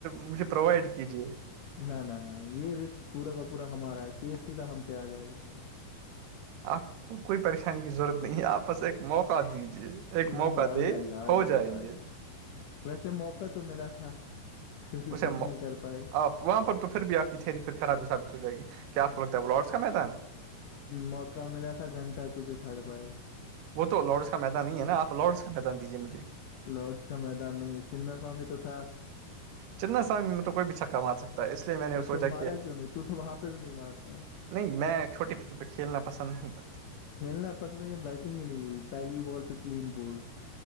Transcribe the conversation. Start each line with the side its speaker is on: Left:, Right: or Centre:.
Right: مجھے پرووائڈ کیجیے
Left: نہ نہ نہ یہ رسک پورا کا پورا ہمارا ہے کی سیدھا ہم پہ آ جائے گا
Right: آپ کو کوئی پریشانی کی ضرورت نہیں ہے آپ بس ایک موقع دیجیے ایک
Left: نہیں
Right: موقع
Left: آ
Right: دے
Left: جائے گا
Right: ہو
Left: آ جائے
Right: جائیں
Left: گا آ
Right: گے
Left: جائے گا ویسے موقع تو ملا تھا پھر بھی
Right: اسے
Left: کچھ نہیں کر پائے
Right: آپ تو وہاں پر تو پھر آپ کی تھیری پھر خرابی ثابت ہو جائےی کیا آپ کو لگتا ہے وہ لارڈس کا میدان ہے
Left: موقع ملا تھا گھنٹہ کچھ اکھاڑ پائے
Right: وہ تو لارڈس کا میدان ہی ہے نا آپ لارڈس کا میدان دیجیے مجھے
Left: لارڈس کا میدان نہیں ہے چنا سوامی تو تھا
Right: چنا سا ملب کوئی بھی چھکا مار سکتا تو اس لیے میں نے
Left: ا
Right: سوچا
Left: تم مارا
Right: کہ
Left: کیوں نہیں تو وہاں پہ بھی نہیں مار پایا
Right: نہیں میں چھوٹے پچوں پہ کھیلنا پسند نہیں کرتا
Left: کھیلنا پسند ہے یا بیٹنگ ہی نہیں ہوئی پہلی ہی بال پہ کلین بالڈ